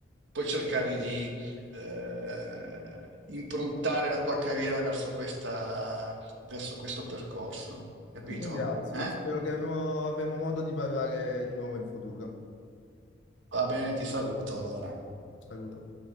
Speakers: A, on the right; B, on the left.
A: puoi cercare di eh, improntare la tua carriera verso questa, verso questo percorso, capito?
B: ti ringrazio,
A: Eh?
B: spero che avremo, avremo modo di parlare di nuovo in futuro.
A: Va bene, ti saluto allora.
B: Saluto.